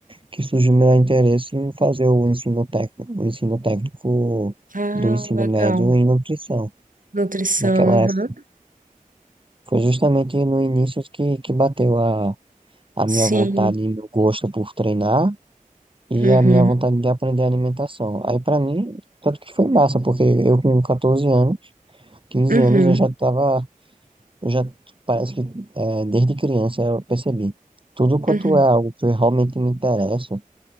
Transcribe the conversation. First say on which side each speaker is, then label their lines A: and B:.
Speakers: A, on the right (about 35°); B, on the right (about 65°).
A: que surgiu meu interesse em fazer o ensino técnico, o ensino técnico
B: Ah,
A: do ensino
B: legal.
A: médio em nutrição.
B: Nutrição,
A: Naquela
B: aham.
A: época, foi justamente no início que, que bateu a, a minha
B: Sim.
A: vontade e meu gosto por treinar e
B: Uhum,
A: a minha vontade de aprender alimentação. Aí, para mim, tanto que foi massa, porque eu com 14 anos, 15
B: uhum,
A: anos, eu já estava, eu já, parece que é, desde criança eu percebi. Tudo quanto
B: uhum.
A: é algo que realmente me interessa,